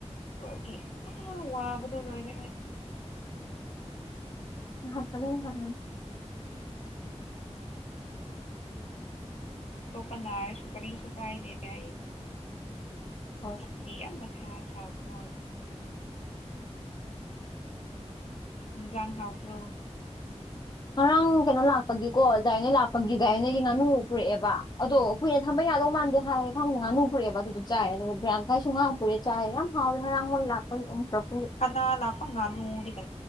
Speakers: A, on the left; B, on the left.
A: <unintelligible> ꯑꯥ ꯋꯥꯕꯗꯣ ꯂꯣꯏꯔꯦ ꯑꯩ
B: ꯅꯍꯥꯟ <unintelligible>
A: ꯇꯣꯞꯄꯥ ꯅꯔꯁꯨ ꯀꯔꯤꯁꯨ ꯀꯥꯏꯗꯦ ꯑꯩ
B: ꯍꯣꯏ
A: <unintelligible> ꯌꯥꯝ ꯃꯊꯥ ꯁꯥꯕ ꯋꯥꯅꯦ ꯏꯟꯖꯥꯡ ꯍꯥꯎꯕ꯭ꯔꯣ
B: ꯉꯔꯥꯡ ꯀꯩꯅꯣ ꯂꯥꯛꯄꯒꯤꯀꯣ ꯗꯥꯥꯏ ꯅꯦ ꯂꯥꯛꯄꯒꯤ ꯖꯥꯏ ꯅꯦꯒꯤ ꯉꯥꯅꯨ ꯄꯨꯔꯛꯑꯦꯕ ꯑꯗꯣ ꯀꯨꯏꯅ ꯊꯝꯕ ꯌꯥꯗꯧ ꯃꯥꯟꯗꯦ ꯍꯥꯏꯌꯦ ꯈꯪꯗꯦ ꯉꯥꯅꯨ ꯄꯨꯔꯛꯑꯦꯕ ꯑꯗꯨꯗ ꯆꯥꯏ ꯑꯗꯨꯒ ꯄ꯭ꯔꯤꯌꯥꯡꯀꯥꯏꯁꯨ ꯉꯥ ꯄꯨꯔꯛꯑꯦ ꯆꯥꯏꯌꯦ ꯌꯥꯝ ꯍꯥꯎꯋꯦ ꯉꯥꯔꯥꯡ ꯃꯣꯏ ꯂꯥꯛ ꯄꯩ ꯎꯝ ꯄꯨꯔꯛꯄꯒꯤ
A: ꯀꯅꯥ ꯂꯥꯛꯄ ꯉꯥꯅꯨꯗꯤ ꯀ